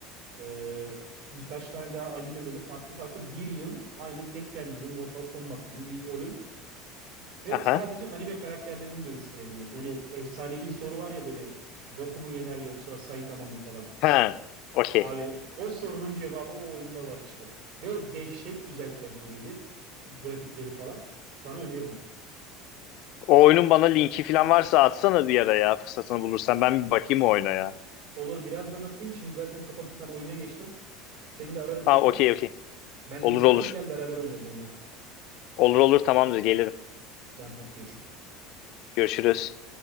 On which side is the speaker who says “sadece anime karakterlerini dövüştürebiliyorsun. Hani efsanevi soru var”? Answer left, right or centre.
Right